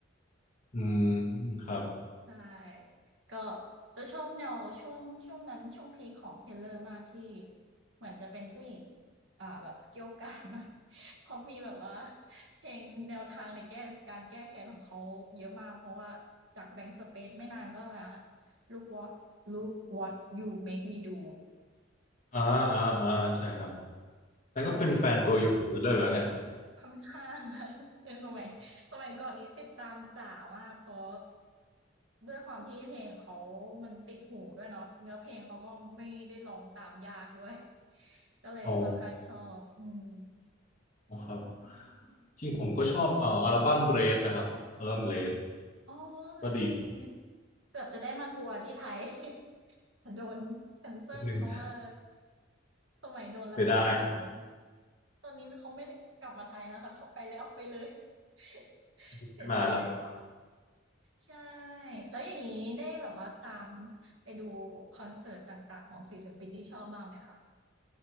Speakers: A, on the left; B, on the right.
A: อืมครับ
B: <laughs> ใช่ ก็จะชอบแนวช่วงช่วงนั้นช่วงพีคของเทเลอร์มากที่เหมือนจะเป็นผู้หญิงอ่าแบบเกี่ยวกาดหน่อย <laughs> เขาะมีแบบว่าเพลงแนวทางในแก้การแก้แค้นของเขาเยอะมากเพราะว่าจากแบงค์สเปซไม่นานก็มา Look what Look what you make me do
A: อ่าอ่าอ่าใช่ครับแล้วก็เป็นแฟนตัวยงเทเลอร์เนี่ย
B: ใช่ ค่อนข้าง <laughs> ค่ะ <laughs> เนสมัยสมัยก่อนนี้ติดตามจ๋ามากเพราะด้วยความที่เพลงเขามันติดหูด้วยเนาะเนื้อเพลงเขาก็ไม่ได้ร้องตามยากด้วยก็เลยค่อนข้างชอบอืม
A: อ๋อครับ จริงผมก็ชอบเอ่ออัลบั้มเบรดนะครับอัลบั้มเบรด
B: อ๋อเลสเลส
A: ก็ดี
B: เกือบจะได้มาทัวร์ที่ไทย <laughs> แต่โดนแคนเซิลเพราะว่า
A: นิดนึง
B: สมัยโดนรัฐประหาร
A: เสียดายนะ
B: ตอนนี้เขาไม่กลับมาไทยแล้วค่ะเขาไปแล้วไปเลย <laughs>
A: ไม่มาแล้วครับ
B: เสียใจ ใช่แล้วอย่างนี้ได้แบบว่าตามไปดูคอนเสิร์ตต่างๆของศิลปินที่ชอบบ้างไหมคะ